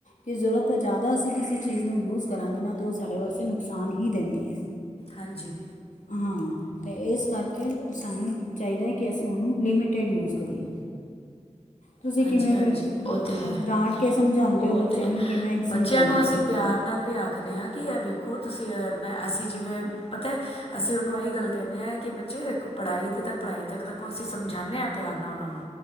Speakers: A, on the left; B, on the left.
A: ਕਿ ਜ਼ਰੂਰਤ ਤਾਂ ਜ਼ਿਆਦਾ ਅਸੀਂ ਕਿਸੇ ਚੀਜ਼ ਨੂੰ ਯੂਜ਼ ਕਰਾਂਗੇ ਨਾ ਤਾਂ ਉਹ ਸਾਡੇ ਵਾਸਤੇ ਨੁਕਸਾਨ ਹੀ ਦਿੰਦੀ ਹੈ।
B: ਹਾਂਜੀ।
A: ਹਾਂ ਅਤੇ ਇਸ ਕਰਕੇ ਕਿ ਸਾਨੂੰ ਚਾਹੀਦਾ, ਕਿ ਅਸੀਂ ਉਹਨੂੰ ਲਿਮਿਟਿਡ ਯੂਜ ਕਰੀਏ ਤੁਸੀਂ
B: ਹਾਂਜੀ
A: ਕਿਵੇਂ
B: ਹਾਂਜੀ
A: ਫਿਰ
B: ਉਹ ਤਾਂ ਹੈ
A: ਡਾਂਟ ਕੇ ਸਮਝਾਉਂਦੇ
B: ਉਹ
A: ਹੋ, ਬੱਚਿਆਂ
B: ਤਾਂ
A: ਨੂੰ ਕਿਵੇਂ
B: ਬੱਚਿਆਂ
A: ਸਮਝਾਉਂਦੇ
B: ਨੂੰ
A: ਹੋ
B: ਅਸੀਂ
A: ਫਿਰ
B: ਪਿਆਰ ਨਾਲ ਵੀ ਆਖਦੇ ਹਾਂ, ਕਿ ਇਹ ਵੇਖੋ ਤੁਸੀਂ ਮੈਂ ਅਸੀਂ ਜਿਵੇਂ ਪਤਾ ਹੈ, ਅਸੀਂ ਉਹਨੂੰ ਇਹੀ ਗੱਲ ਕਹਿੰਦੇ ਹਾਂ ਕਿ ਬ ਦੇੋ ਪੜ੍ਹਾਈ ਤੇ ਤ ਪੜ੍ਹਾਈ ਤੱਕ ਰੱਖੋ, ਅਸੀਂ ਸਮਝਾਉਂਦੇ ਹਾਂ ਪਿਆਰ ਨਾਲ ਉਹਨਾਂ ਨੂੰ